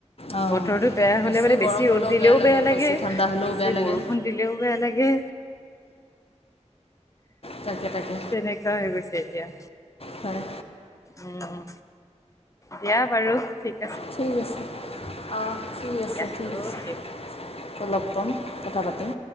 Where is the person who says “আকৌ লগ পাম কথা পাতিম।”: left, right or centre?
Left